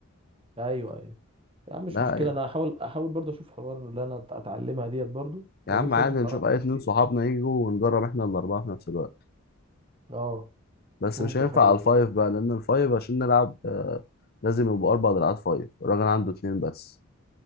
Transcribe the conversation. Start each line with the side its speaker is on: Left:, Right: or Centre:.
Right: ايوه ايوه لا مش
Left: لا
Right: مشكله
Left: يعني
Right: انا هحاول احاول برضه اشوف حوار اللي انا أت- اتعلمها ديت برضه
Left: يا
Right: واجيب
Left: عم
Right: شويه
Left: عادي
Right: مهارات
Left: نشوف اي
Right: من
Left: اتنين
Right: فيه
Left: صحابنا يجوا ونجرب احنا الاربعه في نفس الوقت
Right: اه
Left: بس
Right: ممكن
Left: مش هينفع
Right: حاجه زي
Left: على الفايف
Right: كده
Left: بقى لان الفايف عشان نلعب آه، لازم يبقوا اربع دراعات فايف الراجل عنده اتنين بس